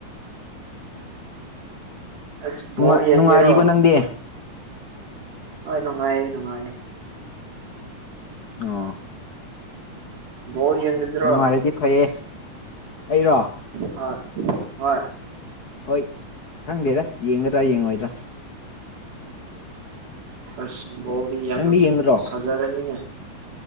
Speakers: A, on the right (about 90°); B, on the left (about 50°).
A: ꯑꯁ ꯕꯣꯜ
B: ꯥꯏ
A: ꯌꯦꯡꯒꯦꯔꯣ
B: ꯅꯨꯡꯉꯥꯏꯔꯤꯀꯣ ꯅꯪꯗꯤ
A: ꯍꯣꯏ ꯅꯨꯡꯉꯥꯏꯌꯦ ꯅꯨꯡꯉꯥꯏꯌꯦ
B: ꯑꯣ
A: ꯗꯤ ꯌꯦꯗ꯭ꯔꯣ
B: ꯅꯨꯡꯉꯥꯏꯔꯗꯤ ꯐꯩꯌꯦ ꯑꯩꯔꯣ
A: ꯍ ꯍꯣꯏ
B: ꯍꯣꯏ ꯊꯪꯒꯦꯗ ꯌꯦꯡꯒꯗ꯭ꯔꯥ ꯌꯦꯡꯉꯣꯏꯗ꯭ꯔꯣ
A: ꯀꯁꯤꯕꯕꯤ ꯑꯉ
B: ꯅꯪꯗꯤ ꯌꯦꯡꯒꯗ꯭ꯔꯣ
A: ꯐꯖꯔꯅꯤꯅ